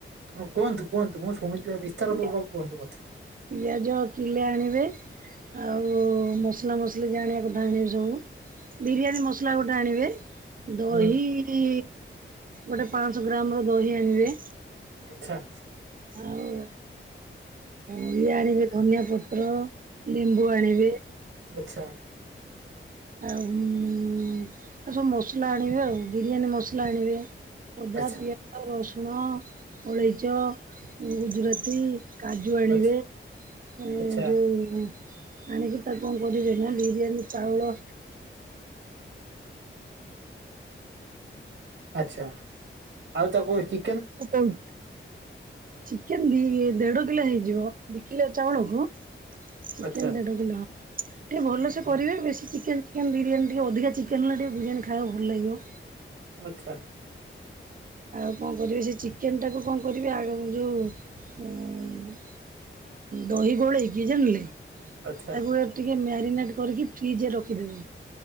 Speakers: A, on the right; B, on the right.
A: ହଁ କୁହନ୍ତୁ କୁହନ୍ତୁ ମୁଁ ଶୁଣୁଛି ବା ବିସ୍ତାର
B: ପିଆ
A: ପୂର୍ବ କୁହନ୍ତୁ ମୋତେ।
B: ପିଆଜ କିଲେ ଆଣିବେ। ଆଉ ମସଲା ମସଲି ଯାହା ଆଣିବା କଥା ଆଣିବେ ସବୁ। ବିରିୟାନୀ ମସଲା ଗୋଟେ ଆଣିବେ ଦହି
A: ହୁଁ
B: ତି ଗୋଟେ ପାଞ୍ଚଶହ ଗ୍ରାମର ଦହି ଆଣିବେ।
A: ଆଛା।
B: ଆଉ ଇଏ ଆଣିବେ ଧନିଆ ପତ୍ର। ଲେମ୍ବୁ ଆଣିବେ।
A: ଆଛା।
B: ଆଉ ଆଉ ସବୁ ମସଲା ଆଣିବେ ଆଉ ବିରିୟାନୀ ମସଲା ଆଣିବେ। ଅଦା
A: ଆଚ୍ଛା
B: ପିଆଜ ରସୁଣ ଅଳେଇଚ ଗୁଜୁରାତି। କାଜୁ ଆଣିବେ
A: ଆଚ୍ଛା
B: ଉଁ
A: ଆଚ୍ଛା
B: ଯୋଉ ଆଣିକି ତାକୁ କଣ କରିବେ ନା ବିରିୟାନୀ ଚାଉଳ
A: ଆଛା ଆଉ ତାକୁ ଇ
B: କୋଉଠି ଚିକେନ ଦି ଦେଢ କିଲୋ ହେଇଯିବ ଦି କିଲୋ ଚାଉଳକୁ ଚିକେନ
A: ଆଚ୍ଛା
B: ଦେଢ କିଲୋ ଟିକେ ଭଲସେ
A: ହୁଁ
B: କରିବେ ବେଶୀ ଚିକେନ କେନ ବିରିୟାନ ଟିକେ ଅଧିକ ଚେନେଲା ଟେ ବିରିୟାନ ଖାଇବାକୁ ଭଲ ଲାଗିବ।
A: ଆଚ୍ଛା।
B: ଆଉ କଣ କରିବି ସେ ଚିକେନଟାକୁ କଣ କରିବେ ଆଗ ଯଉ ଉଁ ଦହି ଗୋଳେଇକି ଜଣିଲେ
A: ଆଚ୍ଛା
B: ତାକୁ ଟିକେ ମ୍ୟାରିନେଟ କରିକି ଫ୍ରିଜରେ ରଖିଦେବେ।